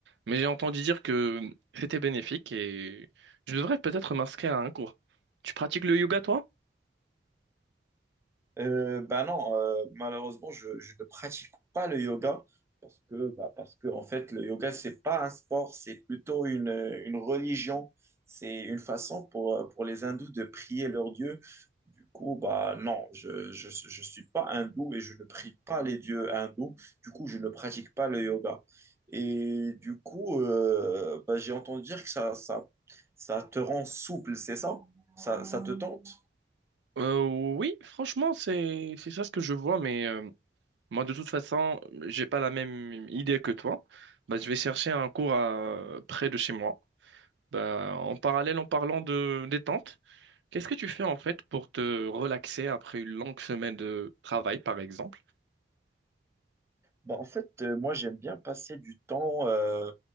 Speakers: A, on the right; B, on the right.
A: mais j'ai entendu dire que c'était bénéfique et je devrais peut-être m'inscrire à un cours. Tu pratiques le yoga toi?
B: Euh, bah non, euh, malheureusement, je, je ne pratique pas le yoga parce que, bah, parce que en fait, le yoga, c'est pas un sport, c'est plutôt une, une religion. C'est une façon pour, euh, pour les hindous de prier leur dieu. Du coup, bah non, je, je, je suis pas hindou et je ne prie pas les dieux hindous. Du coup, je ne pratique pas le yoga. Et du coup, euh, bah, j'ai entendu dire que ça, ça, ça te rend souple, c'est ça? Ça, ça te tente?
A: Euh, oui, franchement, c'est c'est ça ce que je vois, mais euh, moi de toute façon, j'ai pas la même idée que toi. Bah, je vais chercher un cours à- près de chez moi. Bah, en parallèle, en parlant de détente, qu'est-ce que tu fais en fait pour te relaxer après une longue semaine de travail, par exemple?
B: Bah, en fait, euh, moi, j'aime bien passer du temps euh,